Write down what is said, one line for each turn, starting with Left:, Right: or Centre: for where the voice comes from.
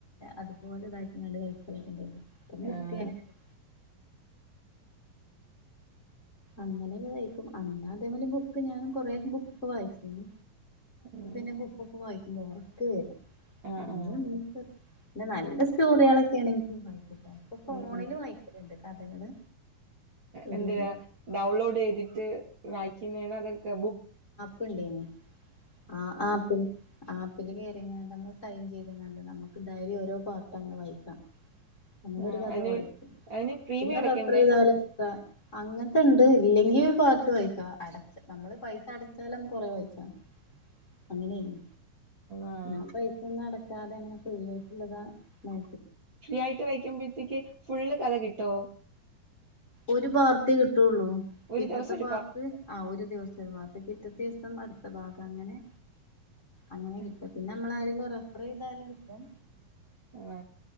Left: അതുപോലെ ഇതാക്കിക്കാണ്ട് കഴിക്കലൊക്കണ്ട് ഇപ്പൊ നിർത്തിയങ്ങനെ
Right: ആഹ്
Left: <unintelligible> അങ്ങനെക്കെ കയിക്കും അന്ന് അതേപോലെ ബുക്ക് ഞാനും കൊറെയൊക്കെ ബുക്ക് വായിച്ചീനി
Right: ഉം
Left: പിന്നെ ബുക്കൊക്കെ വായിക്കുമ്പോ ഒറക്ക് വര്വ.
Right: ആഹ്
Left: അന്നും
Right: ആഹ്
Left: ണ്ട് പിന്നെ നല്ല സ്റ്റോറിയാളൊക്കെണെങ്കി വായിക്കുട്ടോ ഇപ്പൊ ഫോണില്
Right: ഉം
Left: വായിക്കലണ്ട് കഥകള് ഒരു
Right: എന്ത് ഡൗൺലോഡ്യ്തിട്ട് വായിക്കുന്നേണോ അതൊ ക് ബു
Left: പ്ണ്ടേനി ആ ആപ്പില് ആപ്പിൽ കേറികാണ്ട് നമ്മൾ സൈൻ ചെയ്ത്കാണ്ട് നമുക്ക് ഡെയ്ലി ഓരോ പാർട്ട് അങ്ങനെ വായിക്കാം അങ്ങനെ
Right: ആഹ്
Left: ഒരു കഥ
Right: അയിന്
Left: വായിക്കും.
Right: അയിന് പ്രീമിയം
Left: പിന്നെ
Right: അടക്കണ്ടേ
Left: റഫർ ചെയ്താലൊക്ക അങ്ങൻ ക്കെണ്ട് ഇല്ലെങ്കിൽ ഒരു പാർട്ട് വായിക്കാ അടച്ച് നമ്മള് പൈസ അടച്ചാലമ്മക്ക് കൊറേ വായ്ച്ചാ. അങ്ങനേനി
Right: ആഹ്
Left: ഞാൻ പൈസ ഒന്നും അടക്കാതെ അങ്ങനെ ഫ്രീ ആയിട്ടുള്ളതാ നോ
Right: ഫ്രീ ആയിട്ട് വയ്ക്കുമ്പോഴത്തേക്ക് ഫുള്ള് കഥ കിട്ടോ
Left: ഒരു പാർട്ട് കിട്ടുള്ളൂ
Right: ഒരു
Left: പിറ്റത്തെ
Right: ദിവസം ഒരു
Left: പാർട്ട് ആ ഒരു ദിവസം ഒരു പാർട്ട്. പിറ്റ ത്തീസം അടുത്ത ഭാഗം. അങ്ങനെ അങ്ങനെ
Right: ആഹ്
Left: കിട്ട. പിന്നെ നമ്മൾ ആരെന്നും റഫർ ചെയ്താല് കിട്ടും
Right: ആ